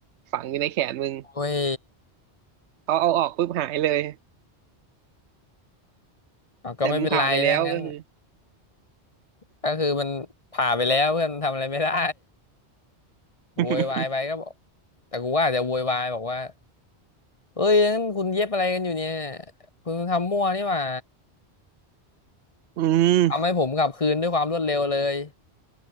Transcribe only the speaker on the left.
โอ้ย
เอาก็ไม่เป็นไรถ้างั้น
ก็คือมันผ่าไปแล้วเพื่อนทำอะไรไม่ได้โวยวายไปก็บอก
แต่กูว่าอาจจะโวยวายบอกว่าเอ้ยงั้นคุณเย็บอะไรกันอยู่เนี่ยคุณทำมั่วนี่หว่า
เอาให้ผมกลับคืนด้วยความรวดเร็วเลย